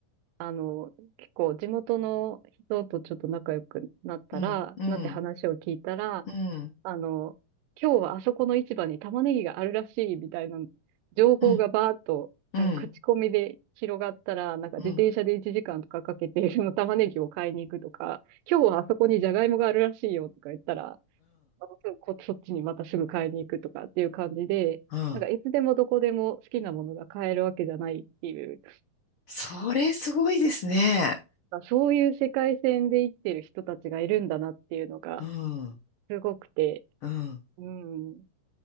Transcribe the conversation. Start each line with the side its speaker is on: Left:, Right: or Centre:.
Right: あの、結構地元の人とちょっと仲良くなったら、
Left: うん、うん、
Right: なって話を聞いたら、
Left: うん、
Right: あの、今日はあそこの市場に玉ねぎがあるらしいみたいな情報がバーっと、
Left: うん、うん、
Right: なんか口コミで広がったら、
Left: うん、
Right: なんか自転車で1時間とかかけて、
Left: うん、
Right: その玉ねぎを買いに行くとか、今日はあそこにジャガイモがあるらしいよとか言ったら、またすぐこ、そっちにまたすぐ買いに行くとかっていう感じで、
Left: うん。
Right: なんかいつでもどこでも好きなものが買えるわけじゃないっていう
Left: それすごいですね。
Right: あそういう世界線で生きてる人たちがいるんだなっていうのが
Left: うん、
Right: すごくて、
Left: うん。
Right: うん。